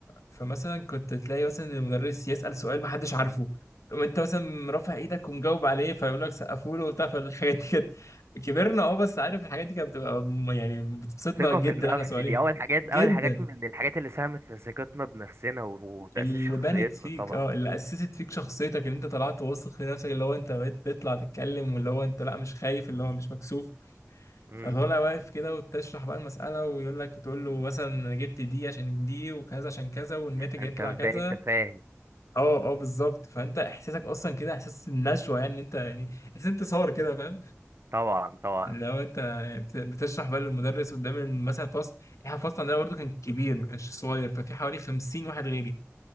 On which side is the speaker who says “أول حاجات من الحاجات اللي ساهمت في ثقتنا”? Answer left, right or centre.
Right